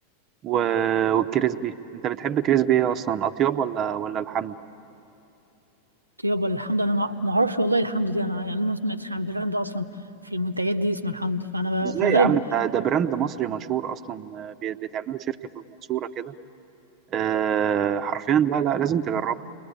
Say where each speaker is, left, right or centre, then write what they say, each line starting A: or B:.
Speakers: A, on the right (about 30°); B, on the right (about 80°).
A: و... والكريسبي انت بتحب كريسبي ايه اصلا اطيب ولا ولا الحمد
B: يابا الحمد انا ما ما اعرفش والله الحمد دي انا يعني ما سمعتش عن براند اصلا في المنتجات دي اسمه الحمد فانا بقى
A: ازاي
B: في الغالب
A: يا عم ده ده براند مصري مشهور اصلا آه، بي- بتعمله شركه في المنصوره كده آه حرفيا لا لا لازم تجربه